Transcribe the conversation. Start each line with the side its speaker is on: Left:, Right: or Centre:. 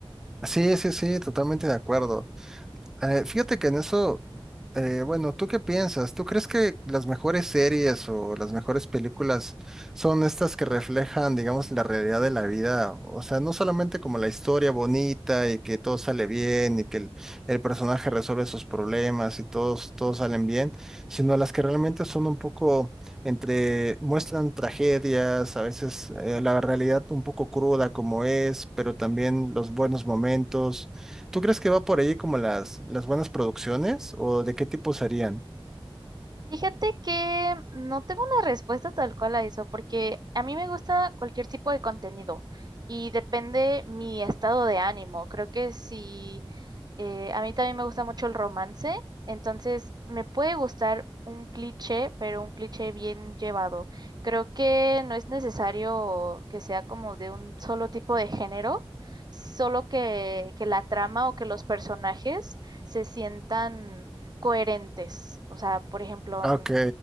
Centre: Sí, sí, sí, totalmente de acuerdo. Eh, fíjate que en eso, eh, bueno, ¿tú qué piensas? ¿Tú crees que las mejores series o las mejores películas son estas que reflejan, digamos, la realidad de la vida? O sea, no solamente como la historia bonita y que todo sale bien y que el, el personaje resuelve sus problemas y todos, todos salen bien, sino las que realmente son un poco entre, muestran tragedias, a veces eh, la realidad un poco cruda como es, pero también los buenos momentos. ¿Tú crees que va por ahí como las, las buenas producciones o de qué tipo serían?
Right: Fíjate que no tengo una respuesta tal cual a eso, porque a mí me gusta cualquier tipo de contenido y depende mi estado de ánimo. Creo que si eh, a mí también me gusta mucho el romance, entonces me puede gustar un cliché, pero un cliché bien llevado. Creo que no es necesario que sea como de un solo tipo de género, solo que, que la trama o que los personajes se sientan coherentes. O sea, por ejemplo,
Centre: Ah, Ok,